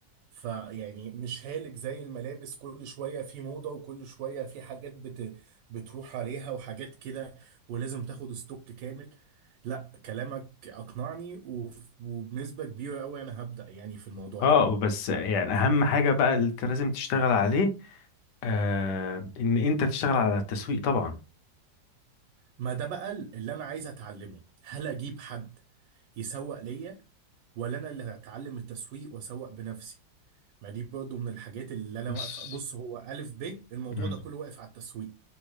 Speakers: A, on the right (about 80°); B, on the left (about 70°).
A: فيعني مش هالك زي الملابس كل شوية في موضة وكل شوية في حاجات بت... بتروح عليها وحاجات كده ولازم تاخد ستوك كامل لا كلامك أقنعني وف- وبنسبة كبيرة أوي أنا هبدأ يعني في الموضوع
B: اه
A: ده
B: بس يعني اهم حاجة بقى اللي انت لازم تشتغل عليه آه ان انت تشتغل على التسويق طبعا
A: ما ده بقى اللي انا عايز اتعلمه هل اجيب حد يسوق ليا ولا انا اللي هتعلم التسويق واسوق بنفسي ما دي برضه من الحاجات اللي انا
B: بس
A: واقفه بص هو الف ب الموضوع
B: مم.
A: ده كله واقف على التسويق